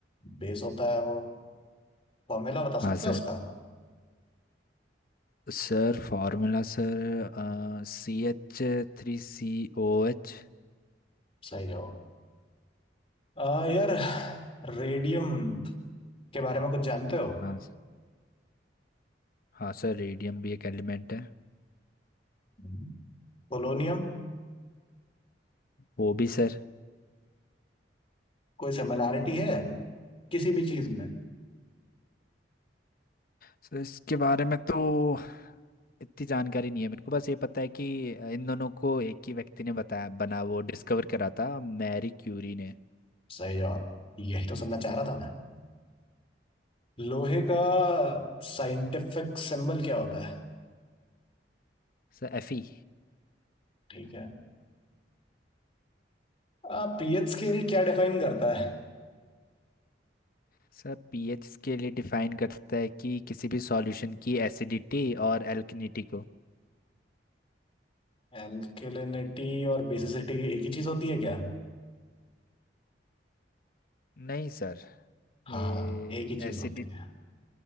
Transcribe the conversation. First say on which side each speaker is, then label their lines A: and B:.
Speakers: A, on the left; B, on the left.
A: बेस होता है वो फॉर्मूला बता
B: हाँ
A: सकते हो
B: sir
A: उसका
B: Sir formula sir सी एच थ्री सी ओ एच
A: सही जवाब आ, यार रेडियम के बारे में कुछ जानते हो
B: हाँ सर हाँ सर रेडियम भी एक एलिमेंट है
A: हम्म। पोलोनियम
B: वो भी सर
A: कोई सिमिलैरिटी है किसी भी चीज में
B: सर इसके बारे में तो इतनी जानकारी नहीं है मेरे को बस ये पता है कि इन दोनों को एक ही व्यक्ति ने बताया बना वो डिस्कवर करा था मैरी क्यूरी ने
A: सही जवाब यही तो सुनना चाह रहा था मैं लोहे का साइंटिफिक सिंबल क्या होता है
B: Sir F E
A: ठीक है आ, पीएच स्केल क्या डिफाइन करता है
B: सर पीएच के लिए डिफाइन करता है कि किसी भी सॉल्यूशन की एसिडिटी और एल्कनिटी को
A: एल्केलिनिटी और बेसिसिटी एक ही चीज होती है क्या
B: नहीं सर
A: हाँ
B: ये
A: एक ही चीज
B: एसिड
A: होती है